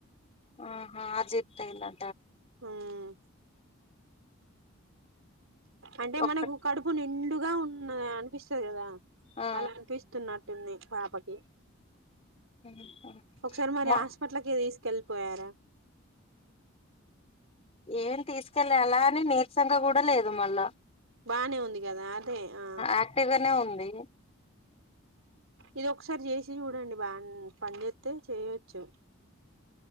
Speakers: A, on the left; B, on the right.
A: ఆహా అజీర్తి అయితే
B: ఉమ్ అంటే
A: ఒక్క
B: మనకు కడుపు నిండుగా ఉ అనిపిస్తది కదా.
A: ఆ
B: అలా అనిపిస్తున్నట్టుంది. పాపకి
A: ఆ
B: ఒకసారి మరి
A: మా
B: హాస్పిటల్కి తీసు కెళ్ళి పోయారా.
A: ఏం తీసుకెళ్ళి అలా అని నీర్సంగ కూడా లేదు మళ్ళా.
B: బానే ఉంది కదా అదే ఆ
A: యాక్టివ్ గానే ఉంది
B: ఇది ఒకసారి చేసి చూడండి బాగా పనిచేస్తే చేయొచ్చు.